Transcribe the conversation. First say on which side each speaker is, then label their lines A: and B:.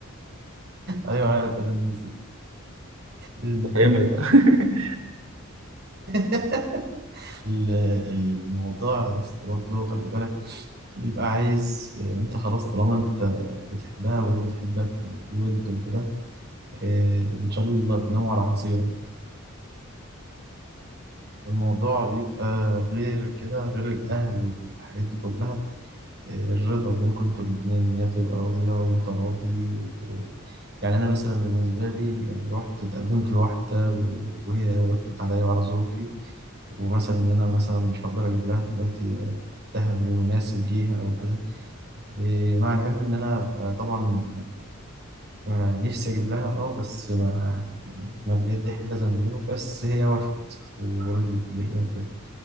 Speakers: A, on the right; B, on the right.
A: أيوة عارف أنا الناس دي ال-
B: فاهمني بقى <laughs>
A: <laughs> ال- الموضوع لسه برضه خلي بالك يبقى عايز آه، انت خلاص طالما انت بتحبها وهي بتحبك وفي ود وكده آه، ان شاء الله تناموا على حصيرة الموضوع بيبقى غير كده غير الأهل والحاجات دي كلها آه، الرضا بينكم انتوا الاتنين إن هي تبقى راضية وأنت راضي و... يعني أنا مثلا بالنسبة لي لو رحت اتقدمت لواحدة و- وهي وافقت عليا وعلى ظروفي ومثلا إن أنا مثلا مش هقدر أجيب لها دلوقتي آه، الذهب المناسب ليها أو كده إيه، مع العلم ان انا آه، طبعا يعني آه، نفسي اجيب لها اه بس ما يعني ما باليد حيلة زي ما بيقولوا بس هي وافقت ورضيت بيا وكده